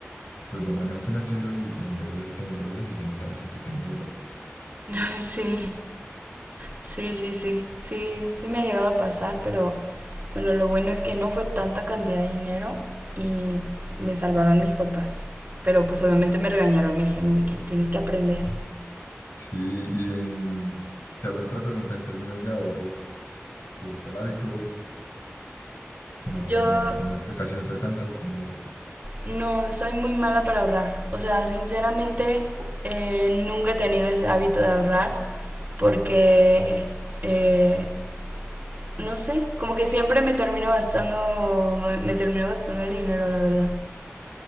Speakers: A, on the left; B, on the right.
A: pues buen manejo financiero y te endeudas y te endeudas y ya no sabes en qué te endeudaste.
B: <laughs> Ay, sí. Sí, sí, sí, sí, sí me ha llegado a pasar, pero bueno, lo bueno es que no fue tanta cantidad de dinero y me salvaron mis papás. Pero pues obviamente me regañaron, me dijeron de que tienes que aprender.
A: Sí, y en, te hago otra pregunta en términos de ahorro. ¿Te gusta el hábito? No,
B: Yo
A: no, no te, casi no te alcanza o cómo lo ves.
B: no soy muy mala para ahorrar, o sea, sinceramente eh, nunca he tenido ese hábito de ahorrar porque, eh, no sé, como que siempre me termino gastando, me, me termino gastando el dinero, la verdad.